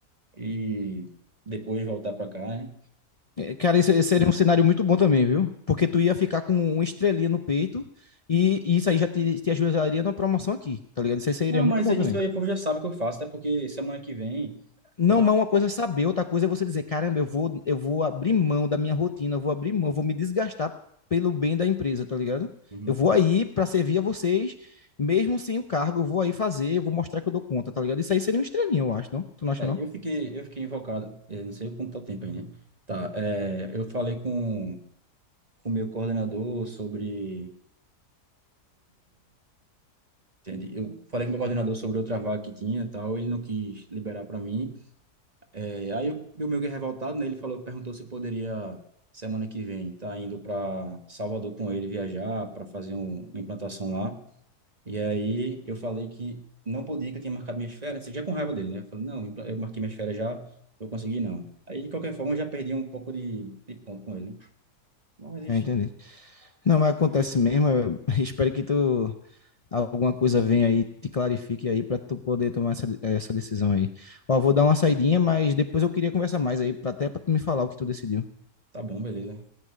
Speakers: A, on the right; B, on the left.
A: e depois voltar para cá, né?
B: É, Cara, isso esse seria um cenário muito bom também, viu? Porque tu ia ficar com uma estrelinha no peito e, e isso aí já te, te ajudaria na promoção aqui, tá ligado? Isso aí seria
A: Não,
B: muito
A: mas
B: bom
A: isso
B: também.
A: aí o povo já sabe que eu faço, até porque semana que vem
B: Não,
A: eu...
B: mas uma coisa é saber, outra coisa é você dizer, caramba, eu vou, eu vou abrir mão da minha rotina, eu vou abrir mão, eu vou me desgastar pelo bem da empresa, tá ligado?
A: Uhum.
B: Eu vou aí para servir a vocês, mesmo sem o cargo, eu vou aí fazer, eu vou mostrar que eu dou conta, tá ligado? Isso aí seria um estrelinho, eu acho, não? Tu não acha,
A: É,
B: não?
A: eu fiquei, eu fiquei invocado, eh, não sei quanto tá o tempo aí, né? Tá, eh, eu falei com com o meu coordenador sobre, entende? Eu falei com o meu coordenador sobre outra vaga que tinha e tal, ele não quis liberar para mim. Eh, aí eu, meu meio que revoltado, né? Ele falou, perguntou se poderia, semana que vem, tá indo para Salvador com ele viajar para fazer um- uma implantação lá. E aí eu falei que não podia, que eu tinha marcado minhas férias, já com raiva dele, né? Eu falei, não, eu marquei minhas férias já, eu consegui não. Aí, de qualquer forma, eu já perdi um pouco de, de ponto com ele, né? Mas, enfim,
B: É, entendi. Não, mas acontece mesmo, eu <laughs> espero que tu, alguma coisa venha aí, te clarifique aí para tu poder tomar essa, essa decisão aí. Ó, vou dar uma saidinha, mas depois eu queria conversar mais aí, pra- até pra tu me falar o que tu decidiu.
A: tá bom, beleza.